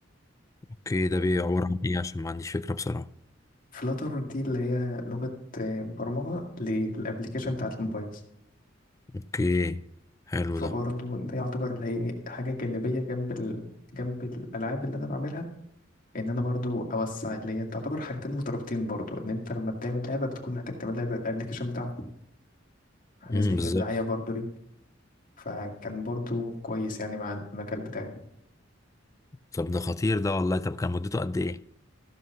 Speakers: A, on the left; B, on the left.
A: اوكي ده بيعبر عن ايه عشان ما عنديش فكره بصراحه
B: فلاتر دي اللي هي لغة آه، برمجة للأبليكيشن بتاعت الموبايل
A: اوكي حلو
B: فبرضه
A: ده
B: ده يعتبر اللي هي حاجة جانبية جنب ال... جنب الألعاب اللي أنا بعملها إن أنا برضه أوسع اللي هي تعتبر حاجتين مترابطين برضه إن أنت لما بتعمل لعبة بتكون محتاج تعمل لعبة الأبليكيشن بتاعها حاجة
A: امم
B: زي
A: بالظبط
B: كده دعاية برضه ليك فكان برضه كويس يعني مع المجال بتاعي
A: طب ده خطير ده والله طب كان مدته قد ايه